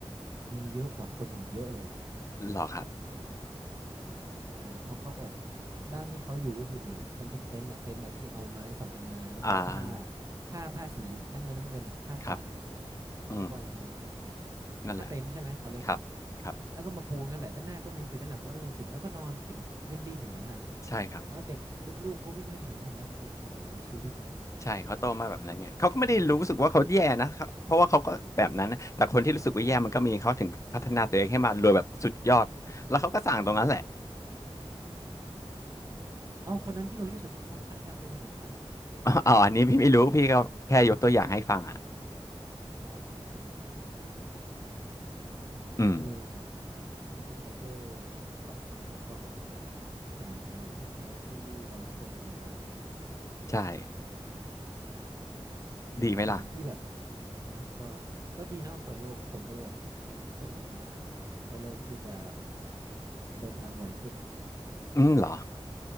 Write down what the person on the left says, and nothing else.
หรอครับ
อ่า
ครับอืม
นั่นแหละ
ครับ ครับ
ใช่ครับ
ใช่เขาโตมาแบบนั้นไงเขาก็ไม่ได้รู้สึกว่าเขาแย่นะเขาเพราะว่าเขาก็แบบนั้นนะแต่คนที่รู้สึกว่าแย่มันก็มีเขาถึงพัฒนาตัวเองให้มารวยแบบสุดยอดแล้วเขาก็สั่งตรงนั้นแหละ
<laughs> อาออออันนี้พี่ไม่รู้พี่ก็แค่ยกตัวอย่างให้ฟังอ่ะ
อืม
ใช่ดีไหมล่ะ
อืมเหรอ